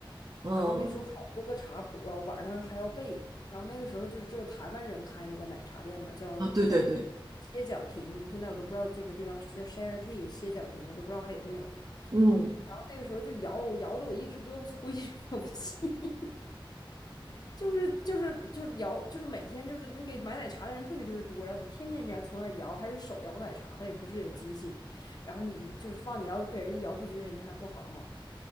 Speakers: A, on the right; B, on the left.
A: 嗯，
B: 然后那时候好多个茶谱啊，我晚上还要背。然后那个时候就是只有台湾人开那个奶茶店嘛，叫叫什么歇脚亭，
A: 啊，对对对，
B: 现在我都不知道这个地方叫 Share Tea 歇脚亭，我都不知道还有没有了。
A: 嗯
B: 然后那个时候就摇摇的我一只胳膊粗一只胳膊细。就是就是就是摇，就是每天就是那个买奶茶的人特别特别多，然后你天天你要从那儿摇，还是手摇奶茶，它也不是有机器，然后你就是放你要给人家摇不均，人家还不好嘛，